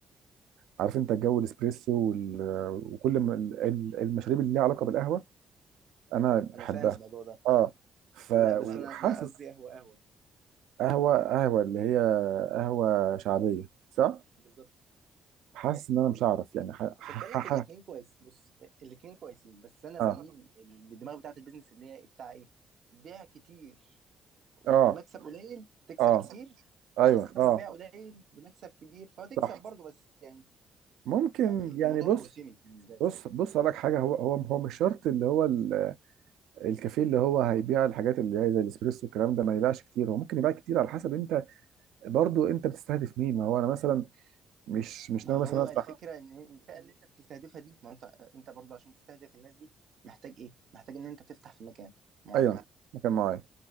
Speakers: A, on the right; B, on the right.
A: عارف انت الجو الاسبريسو وال... وكل ما ال- ال- المشاريب اللي ليها علاقه بالقهوه انا
B: <laughs> انا
A: بحبها
B: فاهم الموضوع ده
A: اه ف
B: لا بس
A: وحاسس
B: انا انا قصدي قهوه قهوه
A: قهوه قهوه اللي هي قهوه شعبيه صح
B: بالظبط
A: حاسس ان انا مش هعرف
B: خد
A: يعني ح... ح...
B: خد بالك
A: ح...
B: الاثنين
A: ح-
B: كويس بص الاثنين كويسين بس انا
A: اه
B: بميل للدماغ بتاعت البيزنس اللي هي بتاع ايه؟ بيع كتير وبمكسب
A: اه
B: قليل تكسب
A: اه
B: كتير
A: ايوه
B: احسن
A: اه
B: ما تبيع قليل بمكسب كبير فتكسب
A: صح
B: برضه بس يعني
A: ممكن
B: يعني
A: يعني
B: الموضوع
A: بص
B: موسمي بالنسبه لي
A: بص بص اقول لك حاجه هو هو هو مش شرط اللي هو ال- الكافيه اللي هو هيبيع الحاجات اللي هي زي الاسبريسو والكلام ده ما يبيعش كتير هو ممكن يبيع كتير على حسب انت برضو انت بتستهدف مين ما هو انا مثلا مش مش
B: ما
A: ناوي
B: هو
A: مثلا افتح
B: الفكره ان الفئه اللي انت بتستهدفها دي ما انت انت برضه عشان تستهدف الناس دي محتاج ايه محتاج ان انت تفتح في مكان معين
A: ايوه مكان معين